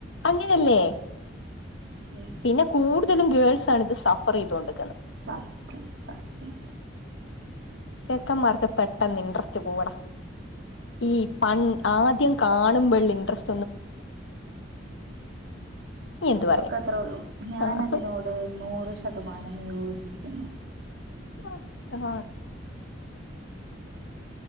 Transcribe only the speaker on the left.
അങ്ങനെ ഇല്ലേ
പിന്നെ കൂടു തലും ഗേൾസ് ആണ് ഇത് സഫറെയ്തോണ്ട്
ചെക്കന്മാർക്ക് പെട്ടെന്ന് ഇൻട്രസ്റ്റ് പോവെടാ ഈ പൺ ആദ്യം കാണുമ്പോള്ള ഇൻട്രസ് നീ എന്ത്
പറയാ
ആഹ്
<unintelligible>